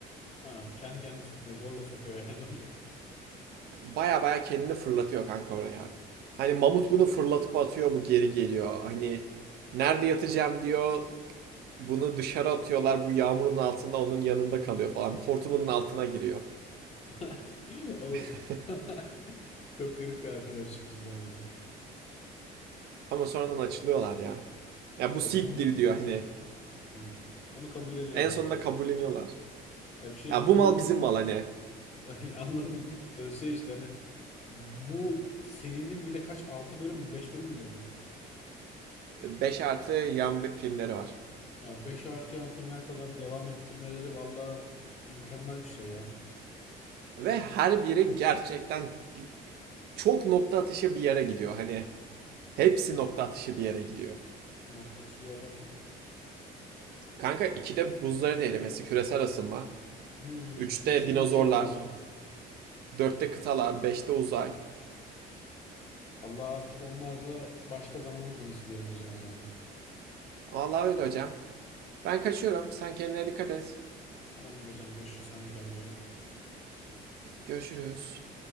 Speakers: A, on the left; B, on the right.
A: Ha, kendi kendine sokuyor. Zorla sokuyor yani oraya.
B: baya baya kendini fırlatıyor kanka oraya. Hani mamut bunu fırlatıp atıyor bu geri geliyor. Hani nerede yatacağım diyor. Bunu dışarı atıyorlar bu yağmurun altında onun yanında kalıyor falan. Hortumunun altına giriyor.
A: <laughs> Oğlum.
B: <laughs>
A: <laughs> Çok garip bir arkadaşlık cidden ya.
B: Ama sonradan açılıyorlar ya. Ya bu
A: Ya
B: Sid'dir
A: bunun üzerine.
B: diyor hani.
A: Hı. Onu kabulleniyorlar
B: En
A: artık.
B: sonunda kabulleniyorlar.
A: Ya bir şey
B: Ya
A: diyeyim,
B: bu
A: bunu
B: mal bizim mal hani.
A: <laughs> anladım. Da şey işte hani bu serinin bile kaç 6 bölüm mü 5 bölüm mü dedin?
B: 5 artı yan filmleri var.
A: Ya beş artıyan filmler kadar devam ettirmeleri valla mükemmel bir şey ya.
B: Ve her biri gerçekten çok nokta atışı bir yere gidiyor. Hani hepsi nokta atışı bir yere gidiyor.
A: Nokta atışı bir yer derken.
B: Kanka 2'de buzların erimesi, küresel ısınma.
A: Hı,
B: üçte
A: hepsinin
B: dinozorlar.
A: bir şeyi var anladım.
B: dörtte kıtalar. beşte uzay.
A: Allah artık onlar da başka zamanın konusu diyelim hocam o zaman.
B: Vallahi öyle hocam. Ben kaçıyorum. Sen kendine dikkat et.
A: Tamamdır hocam görüşürüz. Sen de kendine iyi bak.
B: Görüşürüz.